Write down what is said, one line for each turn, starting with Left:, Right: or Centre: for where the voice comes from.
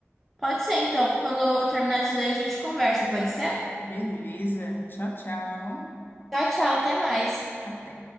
Centre: Pode ser, então. Quando eu terminar de ler, a gente conversa, pode ser?
Left: Beleza, tchau, tchau.
Centre: Tchau, tchau, até mais.
Left: Até.